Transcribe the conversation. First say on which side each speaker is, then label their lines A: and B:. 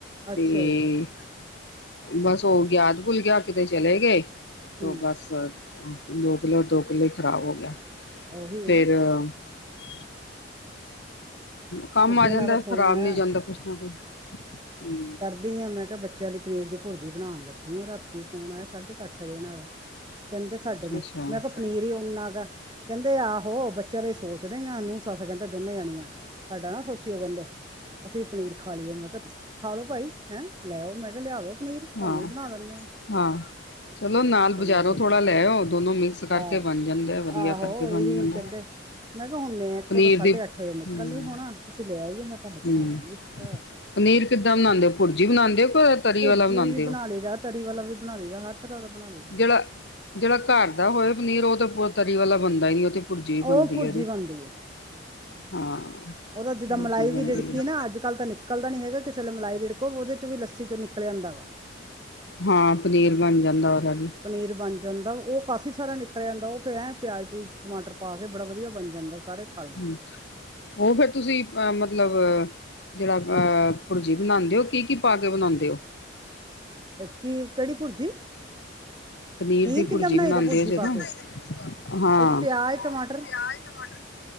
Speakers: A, on the right; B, on the left.
A: ਅੱਛਾ
B: ਤੇ
A: ਜੀ
B: ਬਸ ਉ ਗਿਆਤ ਭੁੱਲ ਗਿਆ, ਕਿਤੇ ਚਲੇ ਗਏ ਤੇ
A: ਹਮ
B: ਬਸ ਦੋ ਕਿੱਲੋ-ਦੋ ਕਿੱਲੋ ਹੀ ਖਰਾਬ ਹੋ ਗਿਆ।
A: ਔਹੀ ਐ
B: ਫਿਰ
A: ਨਾ।
B: <inaudible> ਕੰਮ
A: ਅੱਗੇ
B: ਆ
A: ਇਹਨਾਂ
B: ਜਾਂਦਾ
A: ਦਾ ਫੋਨ
B: ਖ਼ਰਾਬ
A: ਆਇਆ
B: ਨੀ ਜਾਂਦਾ ਕੁਛ ਨਾ ਕੁਛ ਹੂੰ।
A: ਦੇਇਏ ਮੈਂ ਕਿਹਾ, ਬੱਚਿਆਂ ਦੇ ਪਨੀਰ ਦੀ ਭੁਰਜੀ ਬਣਾਣ ਲੱਗੀ ਆ ਰਾਂਤੀ ਫੋਨ ਆਇਆ ਸਾਡੇ ਰਖ ਦੇਣਾ ਕਹਿੰਦੇ ਸਾਡੇ ਲਈ,
B: ਅੱਛਾ ਹੂੰ
A: ਮੈਂ ਕਿਹਾ ਪਨੀਰ ਓਨਾ ਕਾ ਕਹਿੰਦੇ ਆਹੋ, ਬੱਚਿਆਂ ਦੇ ਸੋਚਦੇ ਆ ਨੂੰ-ਸੱਸ ਕਹਿੰਦੇ ਦੋਨੇ ਜਾਣੀਆਂ ਸਾਡਾ ਨਾ ਸੋਚਿਓ ਕਹਿੰਦੇ, ਅਸੀਂ ਵੀ ਪਨੀਰ ਖਾ ਲੀਏ ਮੈਂ ਕਿਹਾ, ਤੁਸੀਂ ਖਾ ਲਓ ਭਾਈ ਹੈਂ ਲੈ ਆਓ, ਮੈਂ ਕਿਹਾ ਲਿਆ ਦੋ ਪਨੀਰ ਤੁਹਾਨੂੰ
B: ਹਾਂ
A: ਵੀ ਬਣਾ ਦੇਨੇ ਆਂ।
B: ਹਾਂ ਚਲੋ
A: ਆਹੋ
B: ਨਾਲ
A: ਕਹਿੰਦਾ
B: ਬਜ਼ਾਰੋਂ
A: ਠੀਕ,
B: ਥੋੜ੍ਹਾ ਲੈ ਆਓ ਦੋਨੋਂ ਮਿਕਸ ਕਰਕੇ
A: ਆ-ਆਹੋ
B: ਬਣ ਜਾਂਦਾ ਵਧੀਆ ਕਰਕੇ ਬਣ
A: ਇਹੀ
B: ਜਾਂਦਾ
A: ਕਹਿੰਦੇ ਮੈਂ ਕਿਹਾ, ਹੁਣ ਮੈਂ
B: ਪਨੀਰ
A: ਕੋਂ ਸਾਢੇ
B: ਦੀ
A: ਅੱਠ ਵਜੇ ਨਿਕਲ
B: ਹੂੰ
A: ਨ ਹੋਣਾ, ਤੁਸੀਂ ਲੈ ਆਈਓ ਮੈਂ ਕਿਹਾ। ਤੁਹਾਨੂੰ
B: ਹੂੰ
A: ਬਣਾ ਦਾਂਗੀ ਆ।
B: ਪਨੀਰ ਕਿੱਦਾਂ ਬਣਾਦੇ ਓ ਭੁਰਜੀ ਬਣਾਦੇ ਓ, ਕ ਤਰੀ
A: ਭੁਰਜੀ
B: ਵਾਲਾ ਬਣਾਦੇ
A: ਵੀ ਬਣਾ
B: ਓ
A: ਲਈ ਦਾ ਤਰੀ ਵਾਲਾ ਵੀ ਬਣਾ ਦਾਇਦਾ ਹਰ ਤਰਾਂ ਬਣਾ ਲਈ ਦਾ
B: ਜੇਹੜਾ-ਜੇਹੜਾ ਘਰ ਦਾ ਹੋਏ ਪਨੀਰ ਉ ਤਾਂ ਪੂ ਤਰੀ ਵਾਲਾ ਬਣਦਾ ਹੀ ਨਹੀਂ ਉਹ ਤੇ ਭੁਰਜੀ
A: ਉਹ
B: ਬਣਦੀ
A: ਭੁਰਜੀ
B: ਏਦੀ
A: ਬਣਦੀ ਹੈ
B: ਹਾਂ
A: ਉਹਦਾ ਜਿੱਦਾਂ
B: ਭੁਰਜੀ
A: ਮਲਾਈ
B: ਬਣਦੀ
A: ਵੀ ਰਿੜਕੀ
B: ਹੈ,
A: ਨਾ ਅੱਜ ਕੱਲ੍ਹ ਤਾਂ ਨਿਕਲਦਾ ਨਹੀਂ ਹੈਗਾ, ਕਿਸੇ ਵੇਲੇ ਮਲਾਈ ਰਿੜਕੋ ਉਹਦੇ ਚ ਵੀ ਲੱਸੀ ਚੋਂ ਨਿਕਲ ਆਂਦਾ ਵਾ
B: ਹਾਂ ਪਨੀਰ ਬਣ ਜਾਂਦਾ ਓਦਾ ਵੀ
A: ਪਨੀਰ ਬਣ ਜਾਂਦਾ ਉਹ ਕਾਫ਼ੀ ਸਾਰਾ ਨਿਕਲ ਆਦਾ ਉਹ ਫਿਰ ਐਂ ਪਿਆਜ਼ ਪਊਜ ਟਮਾਟਰ ਪਾ ਕੇ ਬੜਾ ਵਧੀਆ ਬਣ ਜਾਂਦਾ ਉਹ ਸਾਰੇ ਖਾ ਲੈਂਦੇ
B: ਹੂੰ ਉਹ ਫਿਰ ਤੁਸੀ ਅਹ ਮਤਲਬ ਜਿਹੜਾ ਭੁਰਜੀ ਬਣਾਂਦੇ ਹੋ ਕੀ - ਕੀ ਪਾ ਕੇ ਬਣਾਂਦੇ ਹੋ
A: ਕੀ ਕਿਹੜੀ ਭੁਰਜੀ
B: ਪਨੀਰ ਦੀ ਭੁਰਜੀ
A: ਕਿੱਦਾਂ ਬਣਾਈ
B: ਬਣਾਂਦੇ
A: ਦਾ ਭੁਰਜੀ
B: ਆ ਜਿਦਾਂ
A: ਪਾ ਕੇ
B: ਹਾਂ,
A: ਉਹ ਚ
B: ਪਿਆਜ
A: ਟਮਾਟਰ
B: ਟਮਾਟਰ